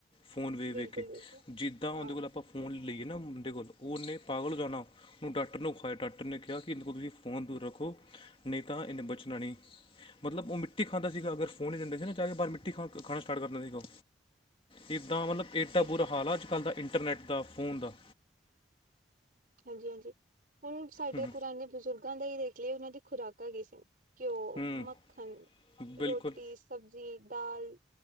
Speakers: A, on the left (about 30°); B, on the right (about 50°).
A: ਫੋਨ ਵੇਖ
B: ਬਿਲਕੁਲ
A: - ਵੇਖ ਕੇ,
B: ਬਿਲਕੁਲ
A: ਜਿੱਦਾਂ ਉਹਦੇ
B: ਹਾਂ
A: ਕੋਲ ਆਪਾਂ ਫੋਨ ਲਈਏ ਨਾ ਉਹਦੇ ਮੁੰਡੇ ਕੋਲ, ਉਹਨੇ ਪਾਗਲ ਜਾਣਾ, ਉਹਨੂੰ ਡਾਕਟਰ ਨੂੰ ਵੇਖਾਇਆ, ਡਾਕਟਰ ਨੇ ਕਿਹਾ ਕਿ ਇਹਦੇ ਕੋਲ ਤੁਸੀਂ ਫੋਨ ਦੂਰ ਰੱਖੋ, ਨਹੀਂ ਤਾਂ ਇਹਨੇ ਬਚਣਾ ਨੀਂ। ਮਤਲਬ ਉਹ ਮਿੱਟੀ ਖਾਂਦਾ ਸੀਗਾ, ਅਗਰ ਫੋਨ ਹੀ ਦਿੰਦੇ ਸੀ ਨਾ, ਚਾਹੇ ਓ ਬਾਹਰ ਮਿੱਟੀ ਖਾ ਖਾਣਾ ਸਟਾਰਟ ਕਰਦਾ ਸੀਗਾ ਓ। ਇੱਦਾਂ ਮਤਲਬ, ਏਡਾ
B: ਬਿਲਕੁਲ
A: ਬੁਰਾ ਹਾਲ ਆ ਅੱਜ-ਕੱਲ੍ਹ ਦਾ ਇੰਟਰਨੈੱਟ ਦਾ, ਫ਼ੋਨ ਦਾ।
B: ਹਾਂਜੀ-ਹਾਂਜੀ। ਹੁਣ ਸਾਡੇ
A: ਹੂੰ
B: ਪੁਰਾਣੇ ਬਜ਼ੁਰਗਾਂ ਦਾ ਹੀ ਦੇਖ ਲਈਏ, ਉਹਨਾਂ ਦੀ ਖੁਰਾਕਾਂ ਕੀ ਸੀ ਘਿਓ,
A: ਹੂੰ
B: ਮੱਖਣ,
A: ਹੂੰ, ਬਿਲਕੁਲ
B: ਰੋਟੀ, ਸਬਜ਼ੀ, ਦਾਲ।